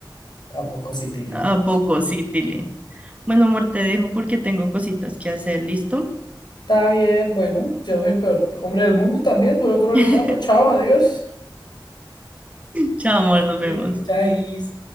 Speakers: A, on the left (about 60°); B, on the right (about 15°).
A: ¿a poco sí, Tilly?
B: ¿a poco sí, Tilly? Bueno, amor, te dejo porque tengo cositas que hacer, ¿listo?
A: Está bien, bueno, yo soy el peor hombre del mundo también, soy otro aricapa,
B: <laughs>
A: chao, adiós.
B: Chao, amor, nos vemos.
A: Iris, Chais.